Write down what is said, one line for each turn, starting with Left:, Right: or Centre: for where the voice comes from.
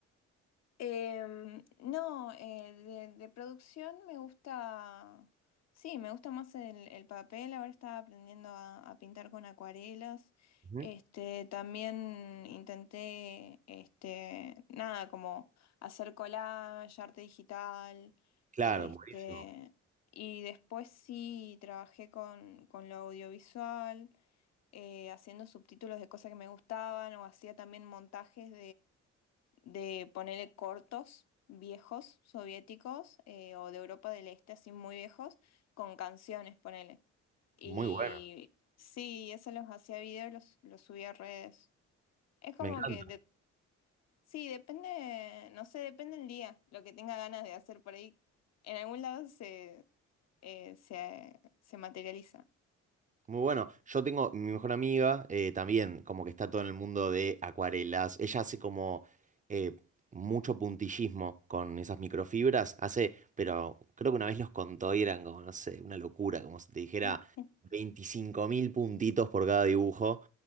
Left: Em, no, eh, de, de producción me gusta, sí, me gusta más el, el papel, ahora estaba aprendiendo a, a pintar con acuarelas,
Right: Ujú.
Left: este, también intenté, este, nada, como hacer collage, arte digital,
Right: Claro,
Left: este,
Right: buenísimo.
Left: y después sí trabajé con, con lo audiovisual, eh, haciendo subtítulos de cosas que me gustaban o hacía también montajes de ponerle cortos viejos soviéticos eh, o de Europa del Este, así muy viejos, con canciones, ponele. Y
Right: Muy bueno.
Left: sí, eso los hacía videos, los, los subía a redes. Es como
Right: Me encanta.
Left: que, de- sí, depende, no sé, depende el día, lo que tenga ganas de hacer por ahí. En algún lado se, eh, se, se materializa.
Right: Muy bueno. Yo tengo mi mejor amiga eh, también, como que está todo en el mundo de acuarelas. Ella hace como eh, mucho puntillismo con esas microfibras. Hace, pero creo que una vez los contó y eran como, no sé, una locura, como si te dijera
Left: <laughs>
Right: 25 mil puntitos por cada dibujo.